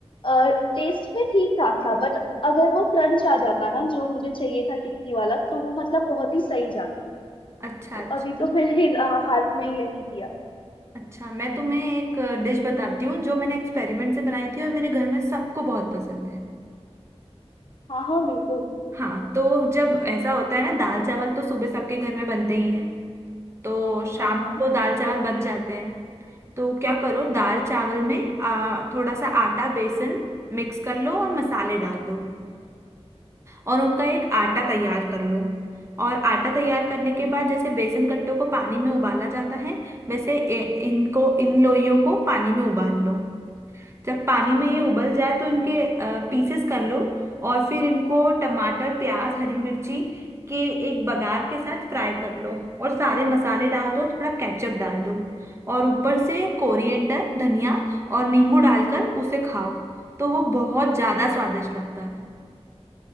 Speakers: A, on the left; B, on the right.
A: टेस्ट में ठीक ठाक था बट अगर वो क्रंच आ जाता ना जो मुझे चाहिए था टिक्की वाला तो वो मतलब बहुत ही सही जाता
B: अच्छा
A: तो
B: अच्छा
A: अभी तो मैंने अ, हाल में यही किया
B: अच्छा मैं तुम्हें एक डिश बताती हूँ जो मैंने एक्सपेरिमेंट से बनाई थी और मेरे घर में सबको बहुत पसंद है
A: हाँ हाँ बिल्कुल
B: हाँ तो जब ऐसा होता है ना दाल चावल तो सुबह सबके घर में बनते ही हैं तो शाम
A: हाँ हाँ
B: को दाल चावल बच जाते हैं तो क्या करो दाल चावल में आ, थोड़ा सा आटा बेसन मिक्स कर लो और मसाले डाल दो और उनका एक आटा
A: अच्छा
B: तैयार कर लो और आटा तैयार करने
A: हम्म,
B: के बाद जैसे बेसन कट्टों को पानी में उबाला जाता है वैसे ए- इनको इन लोइयों को पानी में उबाल लो जब पानी में ये उबल जाए तो इनके पीसेस कर लो और फिर इनको टमाटर प्याज हरी मिर्ची के एक बघार के साथ फ्राई कर लो और सारे मसाले डाल दो थोड़ा केचप डाल दो और ऊपर से कोरिएंडर धनिया और नींबू डालकर उसे खाओ तो वो बहुत ज़्यादा स्वादिष्ट लगता है